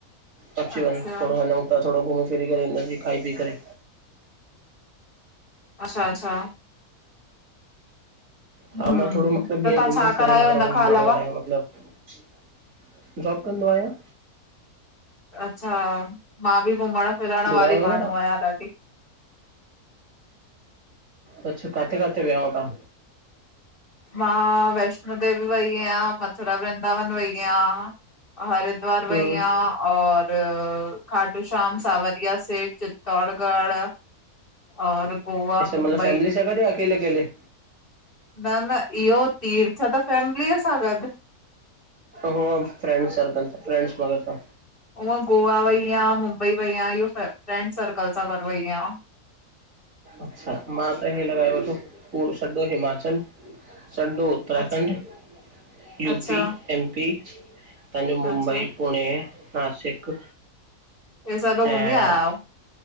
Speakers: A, on the right (about 60°); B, on the left (about 35°).
A: अची वञे,
B: अच्छा
A: थोड़ो हलूं था, थोड़ो घुमी फिरी करे, ईंन जी खाई पी करे।
B: अछा- अछा हम्म
A: हा मां थोड़ो मतिलबु
B: त
A: हीअं,
B: तव्हां
A: घुमणु
B: छा
A: फिरणु
B: कंदा आहियो
A: वारो
B: हिन खां
A: माण्हूं
B: अलावा
A: आहियां, मतिलबु जॉब कंदो आहियो?
B: अच्छा, मां बि घुमणु फिरणु
A: ॿुधायो
B: वारी
A: न
B: माण्हूं आहियां ॾाढी
A: अच्छ, काथे काथे विया हुयव तां
B: मां वैष्णो देवी वईया, मथुरा, वृन्दावन वईया हरिद्वार
A: हम्म
B: वईया और र, खाटू श्याम, सांवरिया सेठ, चित्तौड़गढ़ और गोवा,
A: इ सभ
B: मुंबई
A: मतिलबु फैमिली सा गॾ या अकेले- अकेले
B: न न, इहो तीर्थ त फैमिलीअ सां गॾु
A: हो फ्रैंड्स सर्कल, फ्रैंड्स ग्रुप सां
B: उअं गोवा वई आहिया, मुंबई वई आहिया, इहो फ्रैंड सर्कल सां गॾ वई आहिया।
A: अच्छा, मां त हिन वार तो पुरे सॼो हिमाचल सॼो उत्तराखंड,
B: अछ
A: यूपी,
B: अच्छा
A: एम पी, तांजो मुंबई
B: अच्छा
A: पुणे, नासिक
B: वे सॼो
A: ऐं
B: घुमी आया आहियो।